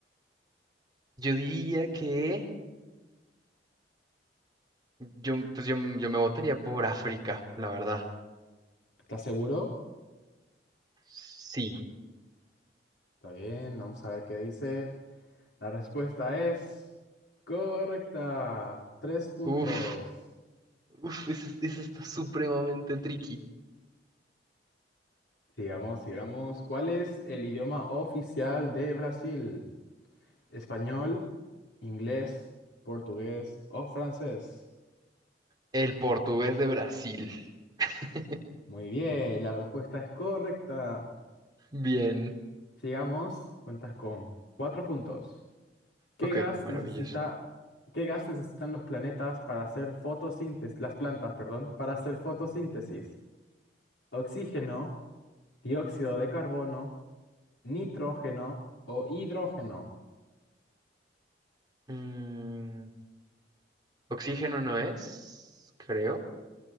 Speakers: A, on the right; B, on the left.
A: yo diría que... Yo, pues yo, yo me votaría por África, la verdad.
B: ¿Estás seguro?
A: Sí.
B: Está bien, vamos a ver qué dice. La respuesta es correcta. Tres puntos.
A: Uf, uf, eso, eso está supremamente tricky.
B: Sigamos, sigamos. ¿Cuál es el idioma oficial de Brasil? ¿Español, inglés, portugués o francés?
A: El portugués de Brasil. <laughs>
B: Muy bien, la respuesta es correcta.
A: Bien.
B: Sigamos, cuentas con cuatro puntos. ¿Qué
A: Ok,
B: gas
A: maravilloso.
B: necesita, qué gas necesitan los planetas para hacer fotosíntesis, las plantas, perdón, para hacer fotosíntesis? ¿Oxígeno, dióxido de carbono, nitrógeno o hidrógeno?
A: Mm, oxígeno no es, creo.